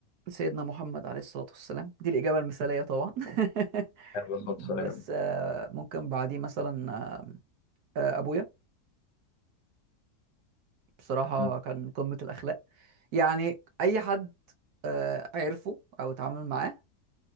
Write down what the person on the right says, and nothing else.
سيدنا محمد عليه الصلاه والسلام دي الاجابه المثاليه طبعا <laughs>
بس آه، ممكن بعديه مثلا آه، آه، ابويا بصراحه
كان قمه الاخلاق يعني اي حد آه، عرفه او اتعامل معاه